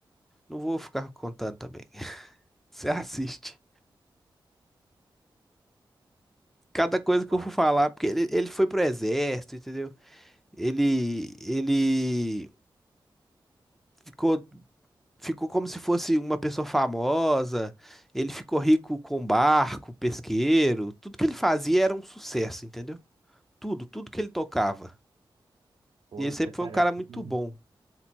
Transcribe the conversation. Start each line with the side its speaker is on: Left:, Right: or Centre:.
Centre: Não vou ficar contando também. <laughs> Você assiste. Cada coisa
Right: Ah,
Centre: que
Right: mas,
Centre: eu for falar, porque ele, ele foi pro exército, entendeu? Ele, ele ficou, ficou como se fosse uma pessoa famosa. Ele ficou rico com barco, pesqueiro. Tudo que ele fazia era um sucesso, entendeu? Tudo, tudo que ele tocava.
Right: Ou
Centre: E ele
Right: até
Centre: sempre
Right: parece
Centre: foi um cara muito
Right: que-
Centre: bom.